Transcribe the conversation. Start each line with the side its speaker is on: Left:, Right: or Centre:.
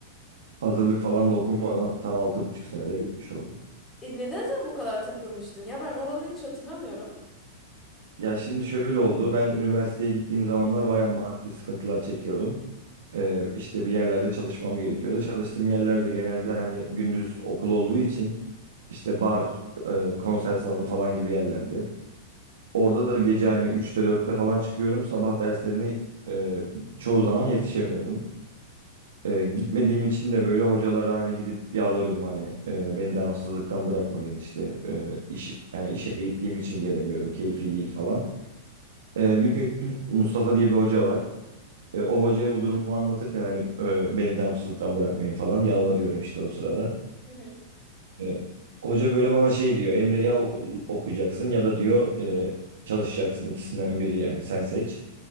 Right: Hazırlık falan da okumadan tam altı buçuk senede bitmiş oldu.
Left: E, neden sen bu kadar takılmıştın? Ya ben oraları hiç hatırlamıyorum.
Right: Ya şimdi şöyle oldu. Ben üniversiteye gittiğim zamanlar bayağı maddi sıkıntılar çekiyordum. Ee, işte bir yerlerde çalışmam gerekiyordu. Çalıştığım yerlerde genelde hani gündüz okul olduğu için işte bar, e, konser salonu falan gibi yerlerde. Orada da gece hani üçte dörtte falan çıkıyorum. Sabah derslerini e, çoğu zaman yetişemiyordum. E, gitmediğim için de böyle hocalara hani gidip yalvarıyordum hani e, beni devamsızlıktan bırakmayın işte e, iş, yani işe gittiğim için gelemiyorum keyfi değil falan. E, bir gün Mustafa diye bir hoca var. E, o hocaya bu durumu anlatırken hani e, beni devamsızlıktan bırakmayın falan yalvarıyorum işte o sırada.
Left: Hı hı.
Right: E, hoca böyle bana şey diyor Emre ya oku- okuyacaksın ya da diyor e, çalışacaksın ikisinden biri yani sen seç.